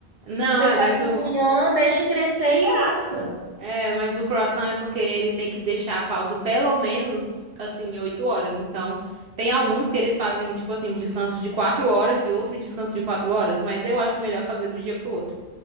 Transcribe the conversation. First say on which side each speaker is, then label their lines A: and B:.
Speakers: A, on the right; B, on the right.
A: Não,
B: Você
A: é,
B: faz
A: mas
B: de
A: o
B: manhã, deixa crescer e assa.
A: É, mas o croissant é porque ele tem que deixar a pausa pelo menos, assim, oito horas. Então, tem
B: Uhum.
A: alguns que eles fazem, tipo assim, um descanso de quatro horas e outro descanso de quatro horas, mas eu acho melhor fazer do dia pro outro,